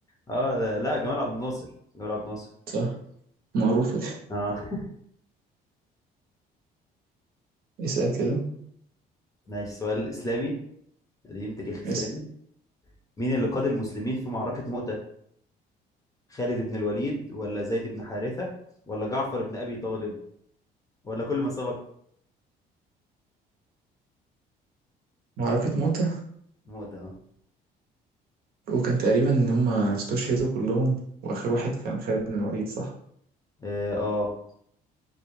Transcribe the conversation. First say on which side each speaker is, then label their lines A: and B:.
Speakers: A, on the left (about 20°); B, on the right (about 65°).
A: اه لا جمال عبد الناصر جمال عبد الناصر
B: صح معروفة دي
A: اه <laughs>
B: اسأل كده
A: ماشي سؤال إسلامي قديم تاريخ إسلامي
B: اسم
A: مين اللي قاد المسلمين في معركة مؤتة؟ خالد بن الوليد ولا زيد بن حارثة ولا جعفر بن أبي طالب ولا كل ما سبق
B: معركة موتة
A: مؤتة اه
B: وكان تقريبا إن هما استشهدوا كلهم وآخر واحد كان خالد بن الوليد صح؟
A: اه آه.